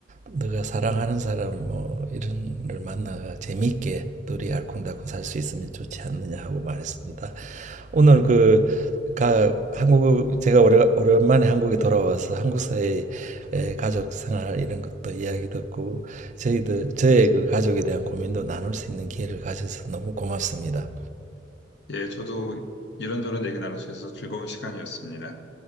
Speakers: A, on the right; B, on the left.
A: 네가 사랑하는 사람 뭐 이런 걸 만나가 재밌게 둘이 알콩달콩 살 수 있으면 좋지 않느냐 하고 말했습니다. 오늘 그 가, 한국 제가 오래, 오랜만에 한국에 돌아와서 한국 사회의 에, 가족 생활 이런 것도 이야기 듣고 저희들 저의 그 가족에 대한 고민도 나눌 수 있는 기회를 가져서 너무 고맙습니다.
B: 예, 저도 이런저런 얘기 나눌 수 있어서 즐거운 시간이었습니다.